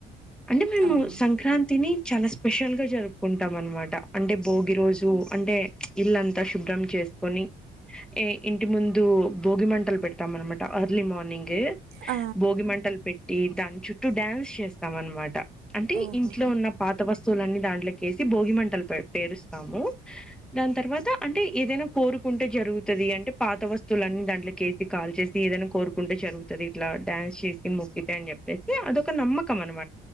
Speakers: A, in the centre; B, on the right.
A: అంటే మేము
B: అవును
A: సంక్రాంతిని చాలా స్పెషల్ గా జరుపుకుంటాం అనమాట అంటే భోగి రోజు అంటే ఇల్లంతా శుభ్రం చేసుకొని ఏ ఇంటి ముందు బోగి మంటల్ పెట్ మనమాట అర్లీ మార్నింగ్ ఏ
B: ఆ,
A: భోగి మంటలు పెట్టి దాని చుట్టూ డ్యాన్స్ చేస్తాం అనమాట ట అంటే
B: ఓహో
A: ఇంట్లో ఉన్న పాత వస్తువులన్నీ దాంట్లోకి వేసి భోగి మంటలు పె పేరుస్త దాని తర్వాత అంటే ఏదైనా కోరుకుంటే జరుగుతది అంటే పాత వస్తువులన్నీ దాంట్లోకె కాల్ చేసి ఏదైనా కోరుకుంటే జరుగుతది ఇట్లా డాన్స్ చేసి మొక్కితే అని చెప్పేసి అదొక నమ్మకం అనమాట.